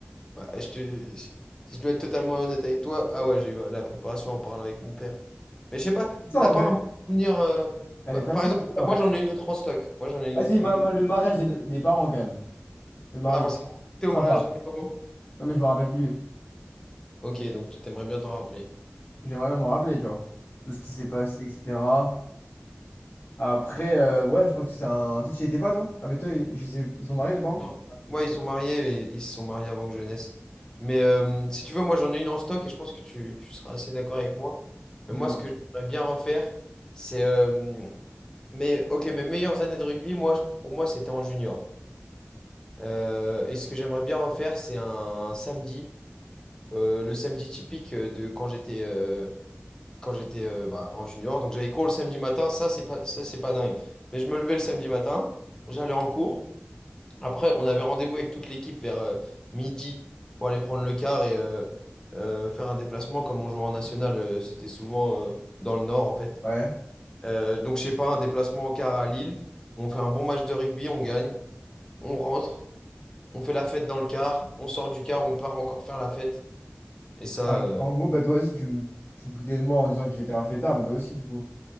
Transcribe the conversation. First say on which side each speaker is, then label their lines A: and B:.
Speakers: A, on the left; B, on the left.
A: bah, je te... si je dois être totalement honnête avec toi, ah ouais, j'ai eu la préparation en parlant avec mon père. Mais je sais pas,
B: C'est Ça,
A: t'as
B: en
A: pas
B: fait,
A: un bon souvenir... euh,
B: elle
A: bah,
B: est facile.
A: par exemple,
B: l'histoire.
A: bah, moi j'en ai une autre en stock. Moi j'en ai une
B: Vas-y,
A: autre...
B: ma-
A: une autre-
B: ma- le mariage des, des parents, quand même. Le mariage
A: Ah, parce
B: des parents.
A: que t'étais
B: Sympa.
A: au mariage de tes parents?
B: Ouais, mais je me rappelle plus.
A: Ok, donc tu t'aimerais bien t'en rappeler.
B: J'aimerais même m'en rappeler, tu vois. Tout ce qui s'est passé, etc. Après, euh, ouais, je pense que c'est un. Toi, tu y étais pas, toi? Ah, mais toi, je sais, ils sont mariés, tes parents?
A: Non. Ouais, ils sont mariés, mais ils ils se sont mariés avant que je naisse. Mais euh, si tu veux, moi j'en ai une en stock et je pense que tu, tu seras assez d'accord avec moi.
B: Dis-moi.
A: Mais moi, ce que j'aimerais bien refaire, c'est... euh, mais ok, mes meilleures années de rugby, moi, je- pour moi, c'était en junior. Euh, et ce que j'aimerais bien refaire, c'est un samedi, euh, le samedi typique euh, de quand j'étais euh, quand j'étais euh, bah, en junior. Donc j'avais cours le samedi matin, ça c'est pas ça c'est pas dingue. Mais je me levais le samedi matin, j'allais en cours. Après, on avait rendez-vous avec toute l'équipe vers euh, midi pour aller prendre le car et euh, euh, faire un déplacement. Comme on jouait en national, euh, c'était souvent euh, dans le nord en fait.
B: Ouais.
A: Euh, donc, je sais pas, un déplacement en car à Lille. On fait un bon match de rugby, on gagne, on rentre, on fait la fête dans le car, on sort du car, on part encore faire la fête. Et ça,
B: Ah,
A: euh,
B: En gros, bah, toi aussi, tu, me- tu te foutais de moi en disant que j'étais un fêtard, mais toi aussi, du coup.